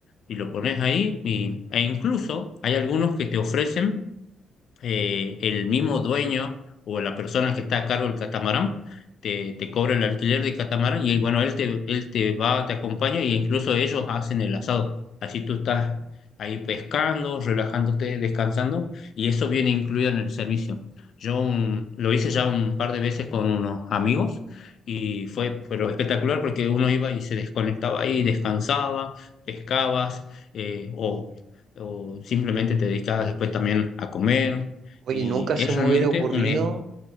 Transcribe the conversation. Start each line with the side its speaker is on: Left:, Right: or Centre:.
Left: y lo pones ahí, y, e incluso hay algunos que te ofrecen eh, el mismo dueño o la persona que está a cargo del catamarán te, te cobra el alquiler del catamarán y bueno, él te, él te va, te acompaña e incluso ellos hacen el asado. Así tú estás ahí pescando, relajándote, descansando y eso viene incluido en el servicio. Yo un- lo hice ya un par de veces con unos amigos y fue pero espectacular porque uno iba y se desconectaba ahí, descansaba, pescabas eh, o, o simplemente te dedicabas después también a comer
Right: Oye,
Left: y
Right: nunca se
Left: es
Right: me
Left: realmente
Right: hubiera ocurrido,
Left: un,